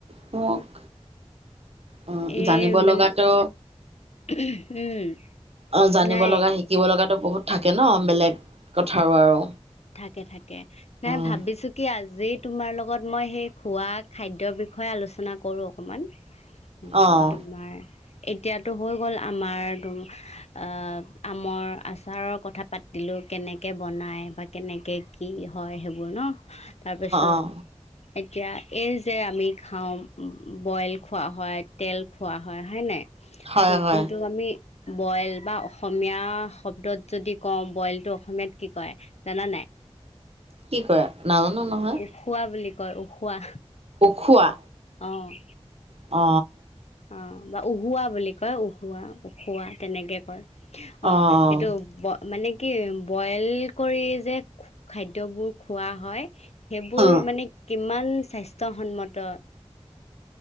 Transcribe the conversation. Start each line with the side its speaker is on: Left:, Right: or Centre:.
Right: কওক অ
Left: এই
Right: জানিব
Left: মানে
Right: লগাতো
Left: উম।
Right: অ জানিব
Left: নাই
Right: লগা শিকিব লগাতো বহুত থাকে ন' বেলেগ কথাৰ আৰু।
Left: থাকে থাকে <unintelligible>
Right: অঁ
Left: ভাবিছো কি আজি তোমাৰ লগত মই সেই খোৱা খাদ্যৰ বিষয়ে আলোচনা কৰোঁ অকণমান।
Right: অঁ
Left: ত তোমাৰ এতিয়াতো হৈ গ'ল আমাৰ আহ আমৰ আচাৰৰ কথা পাতিলো কেনেকে বনাই বা কেনেকে কি হয় সেইবোৰ ন, তাৰপিছত
Right: অঁ
Left: এতিয়া এই যে আমি খাওঁ, বইল খোৱা হয়, তেল খোৱা হয়, হয়নে নাই? <unintelligible>
Right: হয় হয়
Left: যোনটো আমি বইল বা অসমীয়া শব্দত যদি কওঁ, বইলটো অসমীয়াত কি কয়? জানান নাই?
Right: কি কয় নাজানো নহয়।
Left: উখোৱা বুলি কয়, উখোৱা।
Right: উখোৱা।
Left: অ'।
Right: অ।
Left: অ বা উহোৱা বুলি কয় উহোৱা উখোৱা তেনেকে কয়। অ
Right: অঁ
Left: এইটো মানে কি বইল কৰি যে খ-খাদ্যবোৰ খোৱা হয়, সেইবোৰ
Right: অঁ
Left: মানে কিমান স্বাস্থ্যসন্মত